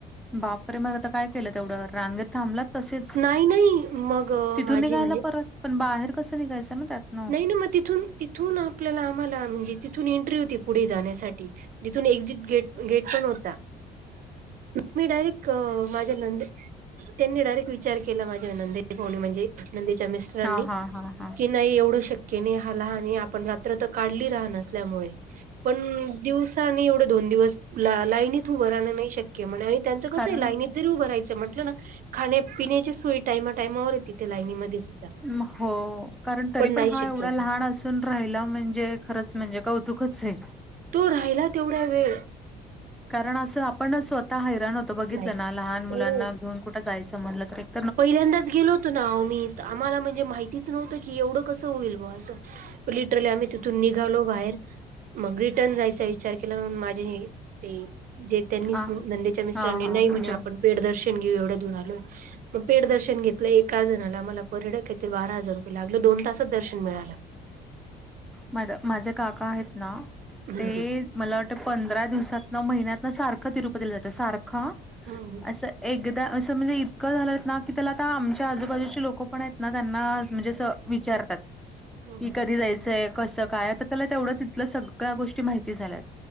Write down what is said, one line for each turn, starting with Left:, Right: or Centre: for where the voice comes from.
Centre: बापरे मग आता काय केलं तेवढ्यावर रांगेत थांबलात तसेच
Right: नाही नाही मग
Centre: तिथून
Right: माझे
Centre: निघायला
Right: म्हणजे
Centre: परत पण बाहेर कसं निघायचं ना त्यातन
Right: नाही ना मग तिथून तिथून आपल्याला आम्हाला म्हणजे तिथून एंट्री होती पुढे जाण्यासाठी तिथून एक्झिट गेट गेट पण होता मी डायरेक्ट माझ्या नंदे त्यांनी डायरेक्ट विचार केला माझ्या नंदे पाहुणे म्हणजे नंदेच्या मिस् - स्टरांनी
Centre: हा हा हा हा
Right: की नाही एवढ शक्य की नाही हा लहान आणि आपण रात्र तर काढली लहान असल्यामुळे पण दिवसा आणि एवढे दोन दिवस ला लाईनीत उभ राहणं नाही शक्य म्ह आणि त्यांच कसं
Centre: कारण
Right: आहे लाईनित जरी उभ रायचं म्हटलं ना खाण्या पिण्याची सोय टायमा टायमावर तिथे लाईनीमध्ये सुद्धा
Centre: म हो कारण तरी पण
Right: नाही
Centre: हा
Right: शक्य
Centre: एवढा
Right: होत
Centre: लहान असुन तून राहायला म्हणजे खरंच म्हणजे कौतुकच आहे
Right: तो राहिला तेवढा वेळ
Centre: कारण असं आपण स्वतः हैराण होतं बघितलं
Right: नाही
Centre: ना लहान मुलांना
Right: हो
Centre: घेऊन कुठं जायचं म्हणलं तर एक -
Right: पहिल्यांदाच गेलो होतो ना आ ओ आम्ही आम्हाला म्हणजे माहितीच नव्हतं की एवढं कसं होईल ब असं लिटरली आम्ही तिथून निघालो बाहेर मग रिटर्न जायच विचार केला म्हणून माझे ते जे त्यांनी
Centre: हा
Right: नंदेच्या मिस्टरांनी
Centre: हा हा
Right: नाही
Centre: म्हणजे
Right: म्हणे आपण पेट दर्शन घेऊ एवढ्या दूर आलोय. मग पेठ दर्शन घेतलं एका जणाला आम्हाला परडे ये काय बारा हजार रुपये लागलं दोन तासच दर्शन मिळालं
Centre: माझे काका आहेत ना
Right: हम्म
Centre: ते मला वाट पंधरा दिवसात न महिन्यात ना सारखं तिरुपतीला जातं सारखं
Right: हम्म
Centre: अस एकदा असं म्हणजे इतकं झालं ना की त्याला आता आमच्या आजूबाजूचे लोकं पण आहेत. ना त्यांना म्हणजे अस विचारतात.
Right: हम्म हम्म
Centre: की
Right: हम्म
Centre: कधी जायचंय कसं काय आता त्याला तेवढं तिथल्या सगळ्या गोष्टी माहिती झाल्यात